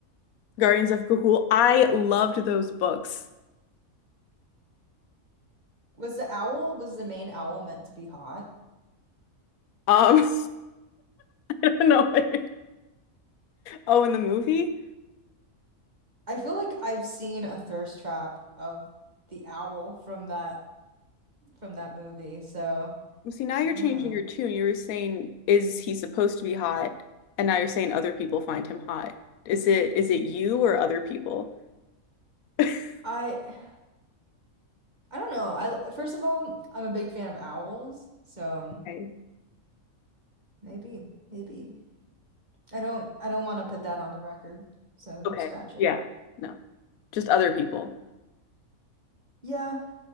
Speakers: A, on the left; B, on the right.
A: Guardians of Gahul. I loved those books.
B: Was the owl, was the main owl meant to be hot?
A: Um, <laughs> no. way. Oh, in the movie?
B: I feel like I've seen a thirst trap of the owl from that from that movie, so
A: Well, See, now you're
B: I don't
A: changing
B: know.
A: your tune. You were saying, is he supposed to be hot? And now you're saying other people find him hot. Is it is it you or other people? <laughs>
B: I I don't know. I first of all, I'm a big fan of owls, so
A: Okay.
B: maybe, maybe. I don't I don't want to put that on the record, so
A: Okay.
B: scratch it.
A: Yeah. No. Just other people.
B: Yeah.